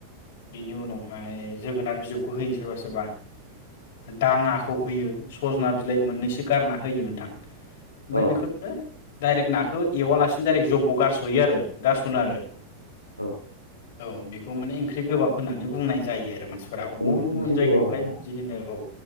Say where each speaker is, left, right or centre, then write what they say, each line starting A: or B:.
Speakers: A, on the left; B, on the left.
A: बिनि उनावहाय जोगोनार बिजौखौ होयो सोरबा सोरबा दाङाखौ होयो सजना बिलाइ मोननैसो गारना होयो नोंथां ओमफीय
B: अ
A: बेखोनो दाइरेक्ट नाखो एवालासिनो दाइरेक्ट जबब गारसयो आरो गारसनो आरो
B: अ
A: औ बेखौ माने ओंख्रि गोबाब होननानै बुंनाय जायो आरो मानसि फोराव गुबुन
B: ओंख्रि
A: गुबुन जायगायावहाय
B: गोबाब आरो ना
A: बिदि होनो औ